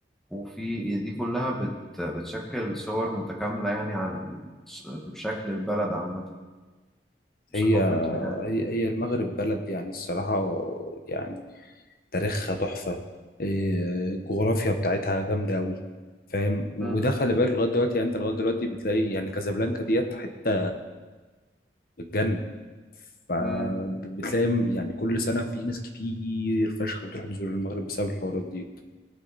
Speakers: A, in the centre; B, on the left.
A: وفي دي كلها بت بتشكل صور متكاملة يعني عن ال- شكل البلد عامة وثقافتها
B: هي
A: يعني
B: هي هي المغرب بلد يعني الصراحه يعني تاريخها تحفه إيه، الجغرافيا بتاعتها جامده قوي فاهم وده
A: مم.
B: خلي بالك لغايه دلوقتي يعني انت لغايه دلوقتي بتلاقي يعني كازابلانكا ديت حته الجنه فبتلاقي
A: مم.
B: يعني كل سنة في ناس كتير فشخ بتروح تزور المغرب بسبب الحوارات دي